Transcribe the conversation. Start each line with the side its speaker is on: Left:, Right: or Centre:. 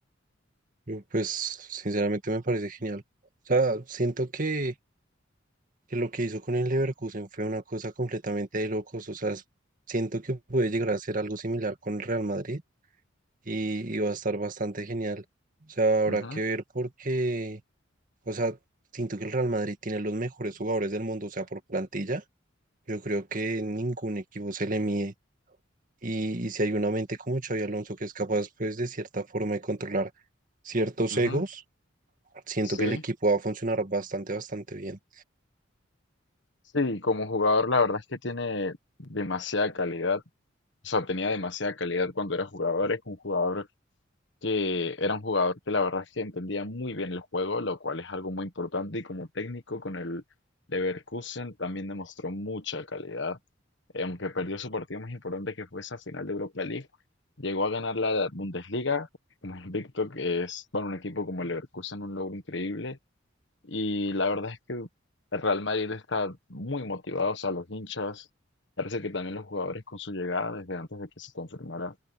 Right: Y, Pues sinceramente me parece genial. O sea, siento que, que lo que hizo con el Leverkusen fue una cosa completamente de locos, o sea, siento que puede llegar a ser algo similar con el Real Madrid y, y va a estar bastante genial. O sea, habrá
Left: Ujú,
Right: que ver porque, o sea, siento que el Real Madrid tiene los mejores jugadores del mundo, o sea, por plantilla, yo creo que ningún equipo se le mide. Y, y si hay una mente como Xavi Alonso que es capaz, pues, de cierta forma de controlar ciertos
Left: ujú.
Right: egos, siento
Left: Sí,
Right: que el equipo va a funcionar bastante, bastante bien.
Left: sí, como jugador la verdad es que tiene demasiada calidad, o sea, tenía demasiada calidad cuando era jugador, es un jugador que era un jugador que la verdad es que entendía muy bien el juego, lo cual es algo muy importante y como técnico con el Leverkusen también demostró mucha calidad. Eh, aunque perdió su partido más importante que fue esa final de Europa League, llegó a ganar la Bundesliga, como <laughs> invicto que es para un equipo como el Leverkusen un logro increíble y la verdad es que el Real Madrid está muy motivado, o sea, los hinchas, parece que también los jugadores con su llegada desde antes de que se confirmara